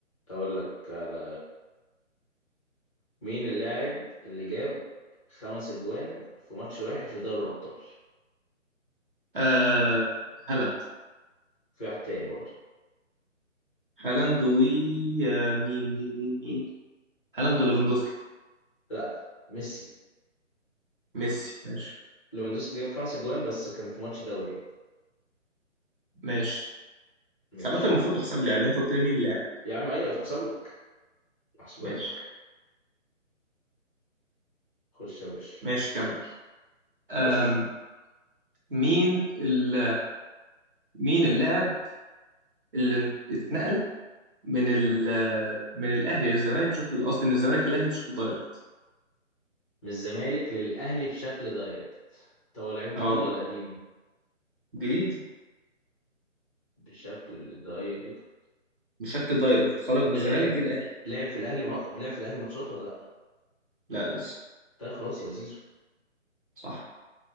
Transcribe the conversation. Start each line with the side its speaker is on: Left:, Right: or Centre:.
Left: اقول لك على مين اللاعب اللي جاب خمس اجوان في ماتش واحد في دوري الابطال
Right: آه هالاند
Left: في واحد تاني برضه
Right: هالاند و آه مين مين مين مين هالاند وليفاندوسكي
Left: لا ميسي
Right: ميسي ماشي
Left: ليفاندوسكي جاب خمس اجوان بس كان في ماتش دوري يعني.
Right: ماشي
Left: ماشي
Right: بس عامة المفروض تحسب لي يعني اللي انت قلت لي مين اللاعب
Left: يا عم ايوه تحسب لك محسوبة
Right: ماشي
Left: لك خش يا باشا
Right: ماشي كمل أم
Left: خش
Right: مين ال مين اللاعب اللي اتنقل من ال من الاهلي للزمالك بشكل قصدي من الزمالك للاهلي بشكل دايركت
Left: من الزمالك للأهلي بشكل دايركت طب هو لعيب جديد
Right: اه
Left: ولا قديم
Right: جديد
Left: بشكل دايركت
Right: بشكل دايركت خرج من الزمالك
Left: لعب
Right: جه الاهلي
Left: لعب في الأهلي ما... لعب في الأهلي ماتشات ولا لأ
Right: لا لسه
Left: طيب خلاص يا زيزو
Right: صح